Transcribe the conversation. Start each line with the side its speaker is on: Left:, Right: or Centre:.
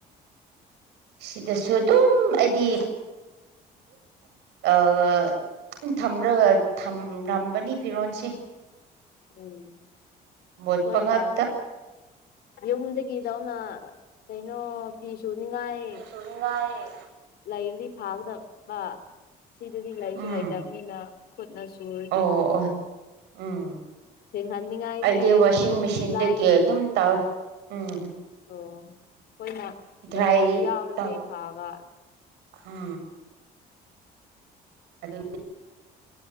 Right: ꯁꯤꯗꯁꯨ ꯑꯗꯨꯝ ꯑꯩꯗꯤ ꯑꯗꯨ ꯊꯝꯝꯕꯅꯤ ꯐꯤꯔꯣꯟꯜꯁꯦ
Left: ꯎꯝ ꯑꯩꯈꯣꯏꯅ
Right: ꯃꯣꯠꯄ ꯉꯥꯛꯇ
Left: ꯌꯨꯝꯗꯒꯤꯗꯧꯅ ꯀꯩꯅꯣ ꯐꯤ ꯁꯨꯅꯤꯡꯉꯥꯏ
Right: ꯆꯨꯡꯉꯏ
Left: ꯂꯩꯔꯗꯤ ꯐꯥꯒꯗꯕ ꯁꯤꯗꯗꯤ ꯂꯩꯁꯨ
Right: ꯎꯝ
Left: ꯂꯩꯇꯕꯅꯤꯅ ꯈꯨꯠꯅꯁꯨꯨꯔꯗꯤ
Right: ꯑꯣ ꯑꯣ ꯎꯝ
Left: ꯁꯦꯡꯍꯟꯅꯤꯡꯉꯥꯏꯗꯤ
Right: ꯑꯩꯗꯤ ꯋꯥꯁꯤꯡ
Left: ꯑꯗꯨꯝ
Right: ꯃꯦꯆꯤꯟꯗꯒꯤ
Left: ꯂꯥꯏꯌꯦ
Right: ꯑꯗꯨꯝ ꯇꯧꯋ ꯎꯝ
Left: ꯑꯣ ꯑꯩꯈꯣꯏꯅ
Right: ꯗ꯭ꯔꯥꯏ
Left: ꯗ꯭ꯔꯥꯏꯌꯔꯗꯨ ꯌꯥꯎꯔꯗꯤ
Right: ꯇ
Left: ꯐꯕ
Right: ꯑ ꯑꯗꯨ